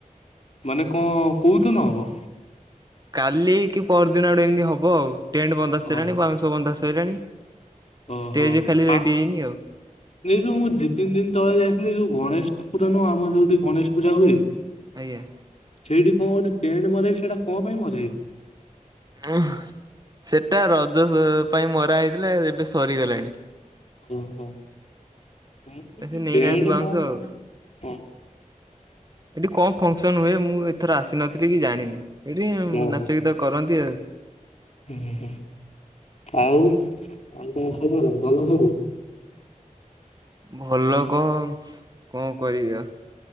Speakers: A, on the left; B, on the right.
A: ମାନେ କଣ କୋଉଦିନହବ?
B: କାଲି କି ପରରଦିନ ଆଡେ ଏମିତି ହବ, ଆଉ ଟେଣ୍ଟ ବନ୍ଦା ସରିଲଣି
A: ଓ
B: ବାଉଁଶହ ବନ୍ଦା ସରିଲାଣି।
A: ଓହୋ
B: ଷ୍ଟେଜ ଖାଲି ରେଡି
A: ଆଉ
B: ହେଇନି
A: ନିୁ ମୁଁ ଦିଇ ତିନ ଦିନ ତଳେ ଯାଇ ଯୋଉ ଗଣେଶ ଠାକୁର ନୁହଁ, ଆମର ଯୋଉଠି ଗଣେଶ ପୂଜା ହୁଏ,
B: ଆଜ୍ଞା।
A: ସେଇଠି କଣ ଗୋଠେ ପଣ୍ଟ ମଜଛି ସେଇଟା କଣ ପାଇଁ ମଜା ହେଇଛି?
B: ଉ ସେଟା ରଜ ପାଇଁ ମରା ହେଇଥିଲା ଏବେ ସରିଗଲାଣି।
A: ଓ ହ
B: ସେ ନେଇନାହାନ୍ତି ବାଉଁଶ ଆଉ
A: କ।
B: ଏଠି କମ ଫଙ୍କସନ ହୁଏ, ମୁଁ ଏଥର ଆସିନଥିଲି କି ଜାଣିନି। ଏଇଠି
A: ଓହୋ
B: ନାଚ ଗୀତ କରନ୍ତି ଆଉ।
A: ହୁଁ ହୁଁ। ଆଉ ଆଉ କଣ ସବୁ ଭଲ ସବୁ?
B: ଭଲ କଣ କଣ କରି ଆଉ